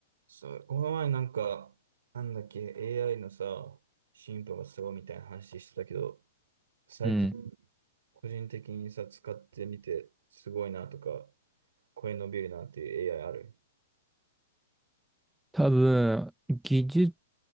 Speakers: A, on the right (about 80°); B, in the centre.
A: そう、この前なんか、なんだっけ、AI のさ、進歩がすごいみたいな話してたけど、最近うん
B: うん。
A: 個人的にさ、使ってみて、すごいなとか、これ伸びるなっていう AI ある
B: 多分、技術、